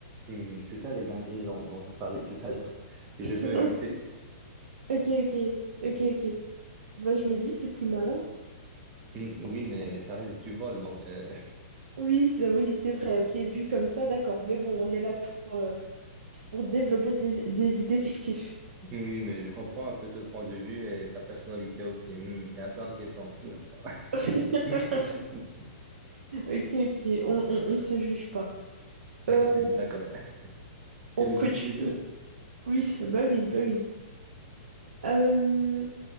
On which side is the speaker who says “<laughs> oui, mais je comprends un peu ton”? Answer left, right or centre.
Right